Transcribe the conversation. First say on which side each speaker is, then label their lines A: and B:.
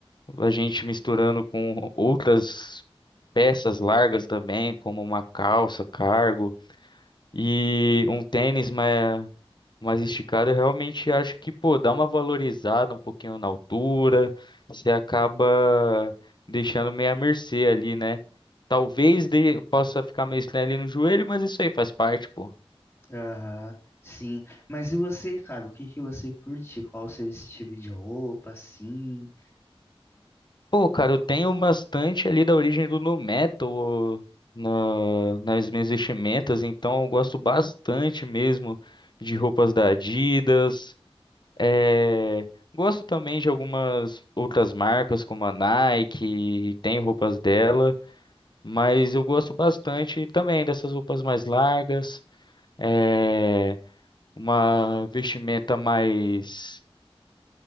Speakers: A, on the left; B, on the left.
A: a gente misturando com outras peças largas também, como uma calça, cargo e um tênis mais, mais esticado, eu realmente acho que, pô, dá uma valorizada um pouquinho na altura, você acaba deixando meio à mercê ali, né? Talvez de, possa ficar meio estranho ali no joelho, mas isso aí faz parte, pô.
B: Aham, sim. Mas e você, cara, o que que você curte? Qual o seu estilo de roupa, assim?
A: Pô, cara, eu tenho bastante ali da origem do nu metal na, nas minhas vestimentas, então eu gosto bastante mesmo de roupas da Adidas. eh, Gosto também de algumas outras marcas, como a Nike, tem roupas dela, mas eu gosto bastante também dessas roupas mais largas, eh, uma vestimenta mais.